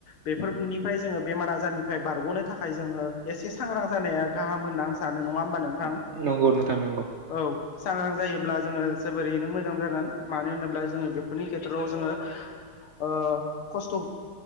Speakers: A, on the left; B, on the right.
A: बेफोरनिफ्राय जोङो बेमार आजारनिफ्राय बारग'नो थाखाय जोङो एसे सांग्रां जानाया गाहाम होनना आं सानो नङा होमबा नोंथां?
B: औ नंगौ नोंथां नंगौ।
A: औ सांग्रां जायोब्ला जोङो जोबोरैनो मोजां जागोन मानो होनोब्ला जोङो बे नि खेथ्रआव जोङो ओ खस्थ'